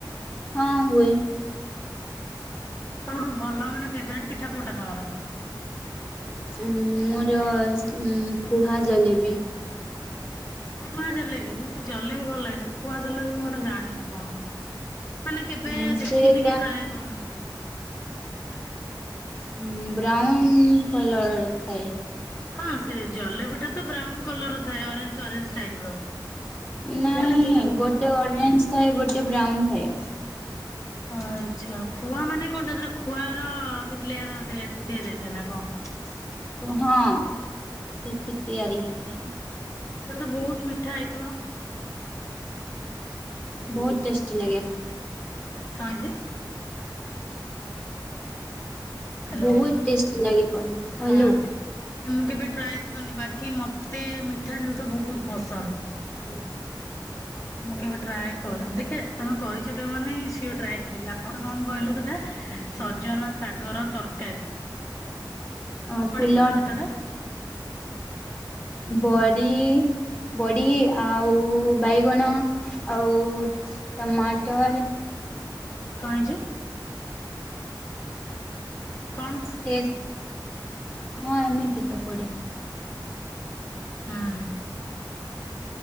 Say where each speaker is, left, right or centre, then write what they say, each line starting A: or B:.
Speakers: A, on the left; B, on the left.
A: ହଁ ହୁଏ
B: ସବୁଠୁ ଭଲ ମାନେ ଫେବେରାଇଟି ପିଠା କୋଉଁଟା ତମର?
A: ଉ ମୋର ଖୁଆ ଜଲେବି।
B: <unintelligible> ଖୁଆ ଜଲେବି ମତେ ଜଲେ ବି ଭଲ ଲାଗେନି ଖୁଆ ଜଲେବି ମୁଁ ଏଟା ଜାଣିନି କଣ। ମାନେ କେବେ
A: ଉଁ
B: ଦେଖିନି
A: ସେଟା
B: କି ଟ୍ରାଏ କରିନି।
A: ହଁ ବ୍ରାଉାଉନ କଲର ଥାଏ।
B: ହଁ ସେ ଜଲେବି ଟା ତ ବ୍ରାଉନ କଲର ଥାଏ ଅରେଞ୍ଜ ଅରେଞ୍ଜ ଟାଇପ ର।
A: ନାଇଁ
B: ମାନେ ଖୁ
A: ଗୋଟେ ଅରେଞ୍ଜ ଥାଏ ଗୋଟେ ବ୍ରାଉନ ଥାଏ।
B: ଆଚ୍ଛା ଖୁଆ ମାନେ କଣ ତାର ଖୁଆର କିଛି ଲେୟାର ଦେ ଦତିଆରି ହେଇଥାଏ ନାଁ କଣ।
A: ହଁ ସେଠି ତିଆରି ହେଇଥାଏ।
B: ତାହେଲେ ତ ବହୁତ ମିଠା ହେଇଥିବ।
A: ବହୁତ ଟେଷ୍ଟି ଲାଗେ।
B: କଣ ଯେ? ହ୍ୟାଲୋ
A: ବହୁତ ଟେଷ୍ଟି ଲାଗେ କହିଲି ହାଲୋ।
B: ହଁ। ମୁଁ କେବେ ଟ୍ରାଏ କରିନି ବା କି ମତେ ମିଠା ଜିନିଷ ବହୁତ ପସନ୍ଦ। ମୁଁ କେବେ ଟ୍ରାଏ କରେନି ଦେଖିବା ତମେ କହିଛ କ ମାନେ ସିଓର୍ ଟ୍ରାଏ କରିବି ଆଉ ଗୋଟେ କଣ କହିଲ ସେଟା? ସଜନା ଶାଗର ତରକାରୀ
A: ଅ ଫୁଲ୍
B: ତୁମେ ସେଟାରେ। <inaudible>
A: ବରୀ। ବଡି ଆଉ ବାଇଗଣ ଆଉ ଟମାଟର।
B: କାଇଁ ଯେ କଣ?
A: ସେ ହଁ ଏମିତି ତ ପଡ଼େ।
B: ହୁଁ।